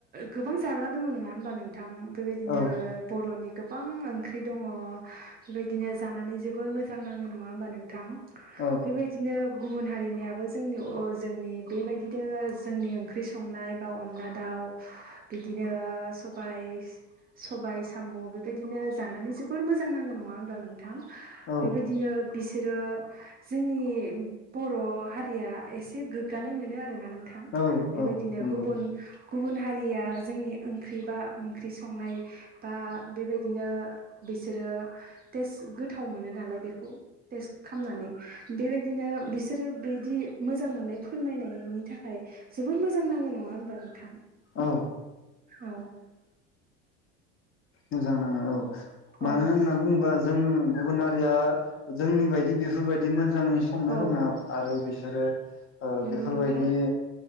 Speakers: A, on the right (about 25°); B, on the left (about 35°).
A: गोबां जाग्रा दङ नङा होनबा नोंथां? बेबायदिनो
B: औ
A: बर'नि गोबां ओंख्रि दङ बेबायदिनो जानानै जोबोर मोजां नाङो नङा होमबा नों थां
B: औ
A: बेबायदिनो गुबुन हारिनियाबो जोंनि जोंनि बेबायदिनो जोंनि ओंख्रै संनाय बा अनला दाउ बिदिनो सबाय सबाय साम' बेबायदिनो जानानै जोबोर मोजां नाङो नङा होनबा नों थां
B: औ
A: बेबायदिनो बि बिसोरो जोंनि बर' हारिया एसे गोग्गानाय मोनो आरो ना नोंथां
B: औ
A: बेबायदिनो
B: औ नंगौ
A: गुबुन गुबुन हारिया जोंनि ओंख्रि बा ओंख्रि संनाय बा बेबायदिनो बिसोरो टेस्ट गोथाव मोनो नालाय बेखौ टेस्ट खालामनानै बेबायदिनो बिसोरो बिदि मोजां मोननाय फोरमायनायनि थाखाय जोबोर मोजां नाङो नङा होनोमबा नोंथां?
B: औ।
A: औ।
B: मोजां नाङो औ मानो
A: औ
B: होनना बुङोबा जों गुबुन हारिया जोंनि बायदि बेफोरबायदि मोजाङै संनो
A: औ
B: रोङा आरो बि बिसोरो ओ
A: नंगौ
B: बेफोरबायदि
A: नोंथां